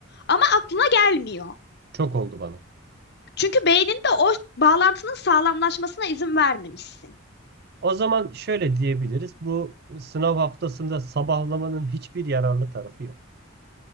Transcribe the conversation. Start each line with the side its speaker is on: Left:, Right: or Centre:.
Left: ama aklına gelmiyor.
Right: Çok oldu bana.
Left: Çünkü beyninde o bağlantının sağlamlaşmasına izin vermemişsin.
Right: O zaman şöyle diyebiliriz. Bu sınav haftasında sabahlamanın hiçbir yararlı tarafı yok.